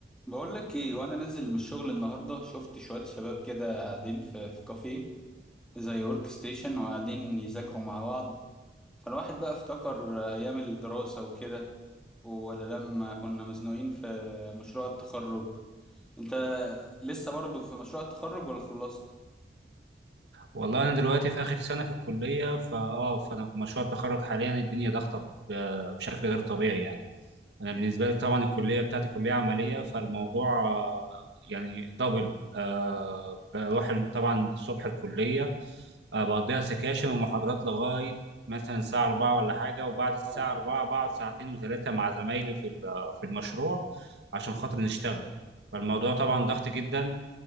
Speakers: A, in the centre; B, on the right.
A: بقول لك ايه وانا نازل من الشغل النهارده شفت شويه شباب كده قاعدين في في كافيه زي ورك ستيشن وقاعدين يذاكروا مع بعض فالواحد بقى افتكر ايام الدراسه وكده ولا لما كنا مزنوقين في مشروع التخرج انت لسه برضه في مشروع التخرج ولا خلصت؟
B: والله انا دلوقتي في اخر سنه في الكليه فاه فانا في مشروع التخرج حاليا الدنيا ضغطه ب- آه، بشكل غير طبيعي يعني انا بالنسبه لي طبعا الكليه بتاعتي كليه عمليه فالموضوع آه، يعني دبل آه بروح ال- طبعا الصبح الكليه آه بقضيها سكاشن ومحاضرات لغايه مثلا الساعه 4 ولا حاجه وبعد الساعه
A: اه
B: 4 بقعد ساعتين وثلاثه مع زمايلي في ال- في المشروع عشان خاطر نشتغل فالموضوع طبعا ضغط جدا